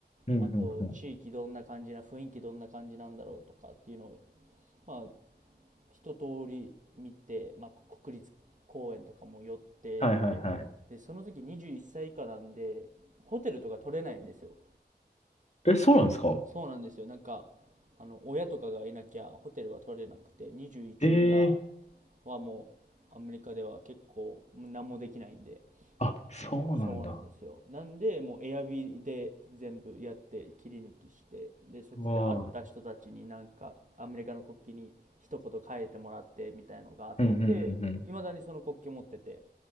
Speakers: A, on the left; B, on the right.
A: うん、
B: あと地域どんな感じな、
A: うん、うん。
B: 雰囲気どんな感じなんだろうとかっていうのを、まあ、一通り見て、まあ、国立公園とかも寄って、
A: はい、はい、はい。
B: で、その時21歳以下なんで、ホテルとか取れないんですよ。
A: え、そうなんですか
B: そうなんですよ。なんか、あの、親とかがいなきゃホテルは取れなくて、21以下、
A: ええ
B: はもうアメリカでは結構何もできないんで。
A: あ、そうなんだ。
B: そうなんですよ。なんで、もうエアビーで全部やって切り抜きして、で、そこで会った人たちになんかアメリカの国旗に一言書いてもらってみたいのがあって、
A: うわあ。うんうんうんうん。
B: いまだにその国旗持ってて、